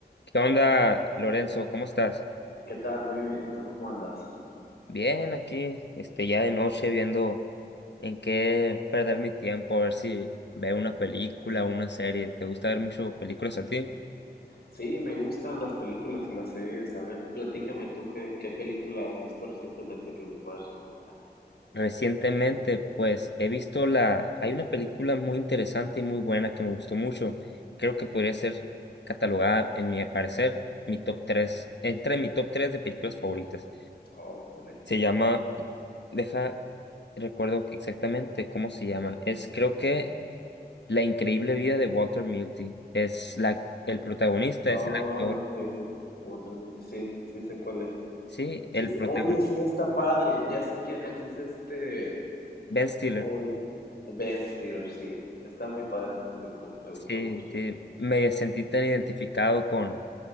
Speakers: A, on the left (about 85°); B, on the left (about 70°).
A: ¿Qué onda, Lorenzo? ¿Cómo estás?
B: ¿Qué tal? Muy bien. ¿Y tú cómo andas?
A: Bien, aquí, este, ya de noche viendo en qué perder mi tiempo, a ver si veo una película o una serie. ¿Te gusta ver mucho películas a ti?
B: Sí, me gustan las películas y las series. A ver, platícame tú qué, qué película has visto recientemente que me puedas recomendar.
A: Recientemente, pues, he visto la... Hay una película muy interesante y muy buena que me gustó mucho. Creo que podría ser catalogada, en mi parecer, mi top 3, entre mi top 3 de películas favoritas.
B: Oh, excelente.
A: Se llama... Deja, recuerdo exactamente cómo se llama. Es, creo que... La increíble vida de Walter Mitty. Es la, el protagonista,
B: Oh,
A: es el actor.
B: la increíble. Walter Mitty. Sí, sí sé cuál es.
A: Sí, el
B: Sí, sé-
A: protagonista.
B: Oye, sí está padre. Ya sé quién es. Es este.
A: Ben Stiller.
B: Hoy. Ben Stiller, sí. Está muy padre esa película. Me gustó
A: Sí,
B: mucho.
A: sí. Me sentí tan identificado con,